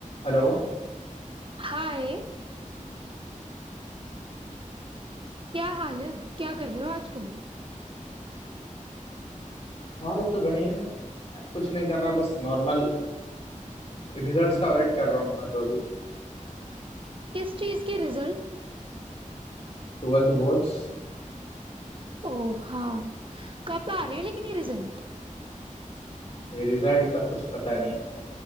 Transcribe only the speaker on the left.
Hello
हाल तो बढ़िया है मैं कुछ नहीं कर रहा बस नॉर्मल रिजल्ट्स का वेट कर रहा हूँ मैं तो अभी
Twelfth boards
ये रिजल्ट का कुछ पता नहीं